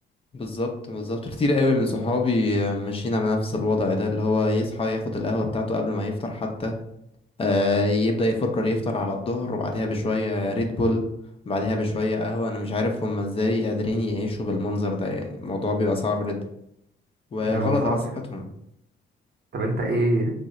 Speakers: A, on the left; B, on the right.
A: بالظبط بالظبط كتير قوي من صحابي ماشيين على نفس الوضع ده اللي هو يصحى ياخد القهوة بتاعته قبل ما يفطر حتى آه يبدأ يفكر يفطر على الظهر وبعدها بشوية ريد بول بعدها بشوية قهوة انا مش عارف هم ازاي قادرين يعيشوا بالمنظر ده يعني الموضوع بيبقى صعب جدا وغلط
B: هو صعب
A: على صحتهم
B: طب أنت إيه